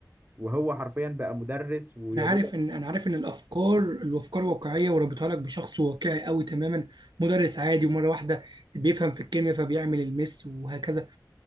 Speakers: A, on the right; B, on the right.
A: وهو حرفيا بقى مدرس ويا
B: انا
A: دوبك
B: عارف ان انا عارف ان الافكار الافكار واقعيه وربطها لك بشخص واقعي قوي تماما مدرس عادي ومره واحده بيفهم في الكيمياء فبيعمل المس وهكذا